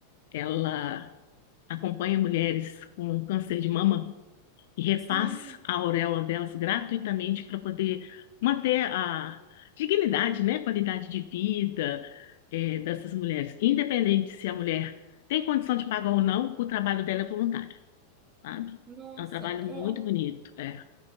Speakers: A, on the left (about 55°); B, on the right (about 25°).
A: Ela acompanha mulheres com câncer de mama e refaz
B: sim.
A: a auréola delas gratuitamente para poder manter a dignidade, né? Qualidade de vida, eh, dessas mulheres. Independente se a mulher tem condição de pagar ou não, o trabalho dela é voluntário sabe?
B: Nossa,
A: É um trabalho muito
B: eu,
A: bonito, é,